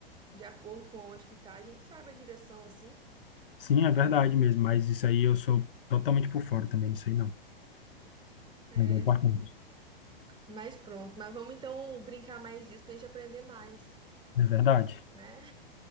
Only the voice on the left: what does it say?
Sim, é verdade mesmo, mas isso aí eu sou totalmente por fora também, não sei não.
Mas é importante.
É verdade.